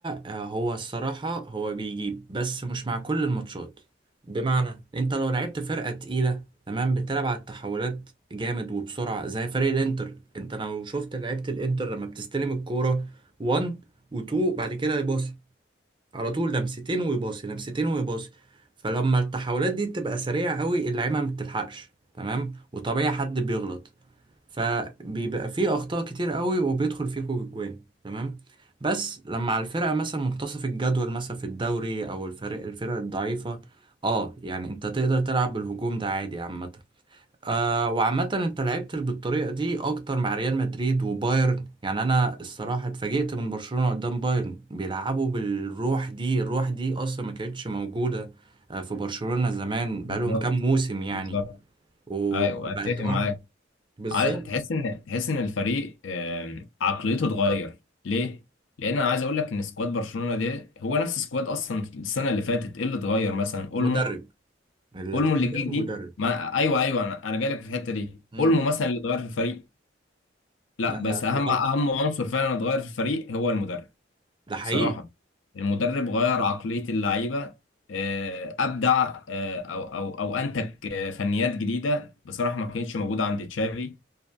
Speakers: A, on the right; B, on the left.
A: آه، هو الصراحة هو بيجيب بس مش مع كل الماتشات بمعنى انت لو لعبت فرقة تقيلة تمام بتلعب على التحولات جامد وبسرعة زي فريق الانتر انت لو شفت لعيبة الانتر لما بتستلم الكورة 1 و2 بعد كده يبص على طول لمستين ويباصي لمستين ويباصي فلما التحولات دي بتبقى سريعة قوي اللعيبة ما بتلحقش تمام وطبيعي حد بيغلط فبيبقى فيه أخطاء كتير قوي وبيدخل فيكوا الجوان تمام بس لما على الفرقة مثلا منتصف الجدول مثلا في الدوري أو الفرق الفرق الضعيفة اه يعني انت تقدر تلعب بالهجوم ده عادي عامة آه وعامة انت لعبت بالطريقة دي اكتر مع ريال مدريد وبايرن يعني انا الصراحة اتفاجئت من برشلونة قدام بايرن بيلعبوا بالروح دي الروح دي اصلا ما كانتش موجودة آه في برشلونة زمان بقالهم
B: بالظبط
A: كام موسم يعني
B: بالظبط
A: وبقت
B: ايوه اتفق
A: اه
B: معاك
A: بالظبط
B: عا- تحس ان تحس ان الفريق آم، عقليته اتغير ليه لان انا عايز اقول لك ان سكواد برشلونه ده هو نفس سكواد اصلا السنه اللي فاتت ايه اللي اتغير مثلا اولمو
A: مدرب اللي
B: اولمو
A: اتغير
B: اللي جه جديد
A: مدرب
B: ما ايوه ايوه انا انا جاي لك في الحته دي
A: مم.
B: اولمو مثلا اللي اتغير في الفريق لا
A: لا لا
B: بس اهم
A: لا،
B: اهم عنصر فعلا اتغير في الفريق هو المدرب
A: ده حقيقي
B: صراحه المدرب غير عقليه اللعيبه آه، ابدع آه، او او او انتج آه، فنيات جديده بصراحه ما كانتش موجوده عند تشافي